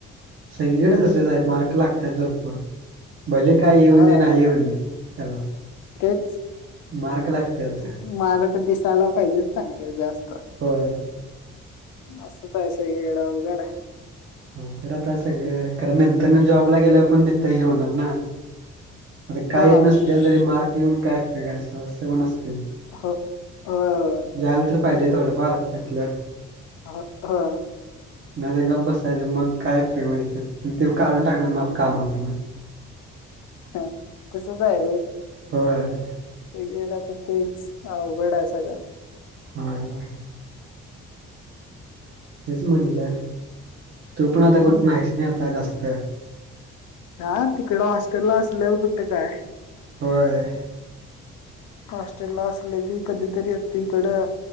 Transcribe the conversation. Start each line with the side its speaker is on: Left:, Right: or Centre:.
Right: सगळीकडे
Left: हम्म
Right: असंच आहे मार्क लागत जरपर भले काय येऊन
Left: हा
Right: दे नाही येऊन दे. खला
Left: तेच
Right: मार्क लागते आता.
Left: मारक दिसायला पाहिजे चांगले जास्त
Right: होय.
Left: असस् तयष ग उगडे <inaudible>
Right: हो खरं आ सगळं कारण नंतर ना जॉबला गेल्या पण तथे घेऊणार ना आता काही
Left: हा
Right: नस तरी मार्क येऊन काय फेकाय असं असं पण नसते.
Left: हो हो हो
Right: जाला तर पाहिजे थोडं फार घेतलं
Left: ह हा
Right: नाही तर गप् बससायचं मग काय पेक म्ह ते काढून टाकणार मग कामाग
Left: हा कस काय र
Right: होय.
Left: तिकेड तर तेच हा अवघड आहे सगळं
Right: हो हेच म्हणलं तू पण आता
Left: हम्म
Right: कुठ नाहीस नाही आता जास्त
Left: ह तिकड हॉस्टेल ला असलं कुठे काय
Right: होय.
Left: हॉस्टेल ला असलं की कधीतरी य त इकड अ